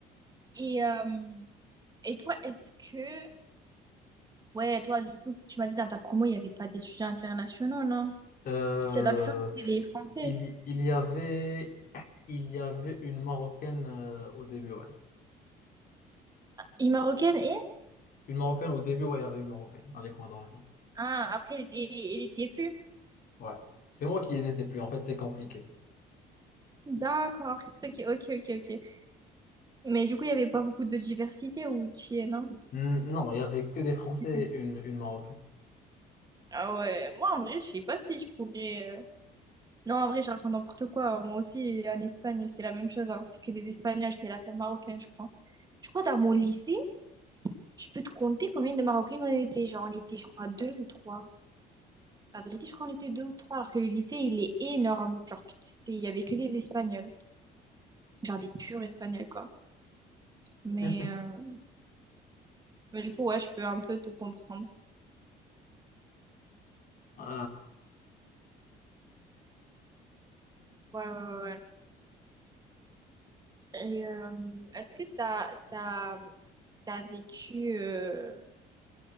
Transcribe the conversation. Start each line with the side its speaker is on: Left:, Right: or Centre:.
Right: Et, euh, et toi, est-ce que, ouais, toi, du coup, tu m'as dit dans ta promo, il n'y avait pas d'étudiants internationaux, non?
Left: Euh,
Right: C'est la plupart, c'était des Français.
Left: il, y- il y avait, il y avait une Marocaine euh, au début, ouais.
Right: Une Marocaine et?
Left: Une Marocaine au début, ouais, il y avait une Marocaine avec moi dans la classe.
Right: Ah, après, elle était, elle était plus.
Left: Ouais. C'est moi qui n'étais plus, en fait, c'est compliqué.
Right: D'accord, c'est ok, ok, ok, ok. Mais du coup, il n'y avait pas beaucoup de diversité ou tu y es, non?
Left: Hmm, non, il y avait que des Français
Right: C'était-
Left: et une, une Marocaine.
Right: Ah ouais, moi en vrai, je sais pas si je pourrais. euh, Non, en vrai, je raconte n'importe quoi. Moi aussi, en Espagne, c'était la même chose. hein. C'était que des Espagnols, j'étais la seule Marocaine, je crois. Je crois, dans mon lycée, je peux te compter combien de Marocaines on était. Genre, on était, je crois, deux ou trois. La vérité, je crois, on était deux ou trois, alors que le lycée, il est énorme. Genre, c'était, il y avait que des Espagnols. Genre, des purs Espagnols, quoi. Mais,
Left: <laughs>
Right: euh, mais du coup, ouais, je peux un peu te comprendre.
Left: Euh,
Right: Ouais, ouais, ouais. Et euh, est-ce que t'as t'as t'as vécu euh,